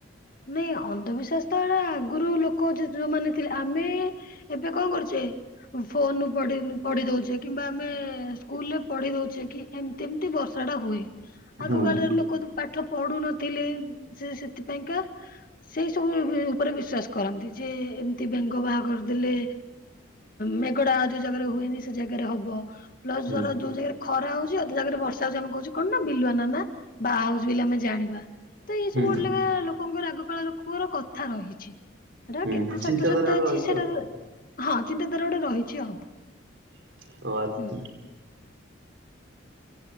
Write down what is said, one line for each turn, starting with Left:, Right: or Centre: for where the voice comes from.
Left: ନାଇଁ ଅନ୍ଧବିଶ୍ୱାସ ତ ଏଟା ଆଗରୁ ଲୋ କ ଯ ଯଉମାନେ ଥିଲେ ଆମେ ଏବେ କଣ କରୁଛେ ଫୋନରୁ ପଢ଼ି ପଢ଼ି ଦଉଛେ କିମ୍ବା ଆମେ ସ୍କୁଲରେ ପଢ଼ି ଦଉଛେ କି ଏମିତି ଏମିତି ବର୍ଷାଟା ହୁଏ
Right: ହୁଁ
Left: ଆଗ କାଳରେ ଲୋକ ତ ପାଠ ପଢ଼ୁ ନଥିଲେ ସେ ସେଥିପାଇଁକା ସେଇସବୁ ଉପରେ ବିଶ୍ୱାସ କରନ୍ତି ଯେ ଏମିତି ବେଙ୍ଗ ବାହା କରିଦେଲେ ମେଘଟା ଯୋଉ ଜାଗାରେ ହୁଏନି ସେ ଜାଗାରେ ହବ ପ୍ଲସ୍
Right: ହୁଁ
Left: ଧର ଯୋଉ ଜାଗାରେ ଖରା ହଉଛି ଅଧା ଜାଗାରେ ବର୍ଷା ହଉଛି ଆମେ କହୁଛୁ କଣ ନା ବିଲୁଆ ନନା ବାହା ହଉଛି ବୋଲି ଆମେ ଜାଣିବା ତ ଇଏ
Right: ହୁଁ
Left: ସବୁ ଗୋଟେ ଲେଖା ଲୋ ଲୋକଙ୍କର ଆଗକାଳ ଲୋକଙ୍କର କଥା ରହିଛି ସେଟାର
Right: ହୁଁ
Left: କେତେ
Right: ଚିନ୍ତାଧାରା
Left: ସତ ସତ
Right: ଗୋଟେ
Left: ଅଛି
Right: ରହିଛି
Left: ସେଟାର
Right: ଆଉ
Left: ହଁ ଚିନ୍ତାଧାରା ଗୋଟେ ରହିଛି ଆଉ।
Right: <unintelligible>
Left: ହୁଁ।